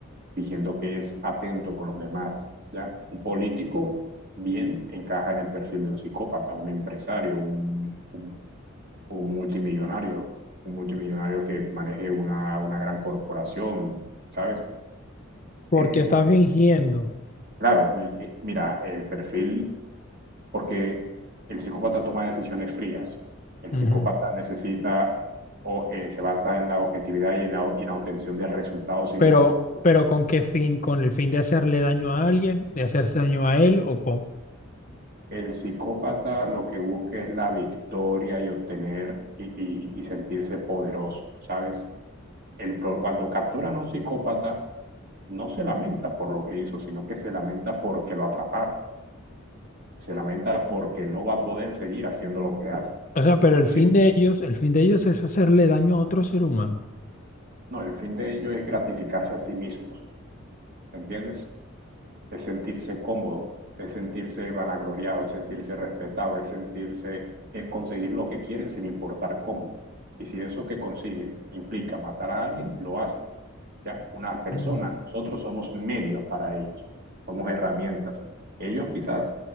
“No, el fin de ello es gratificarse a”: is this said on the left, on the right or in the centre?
Right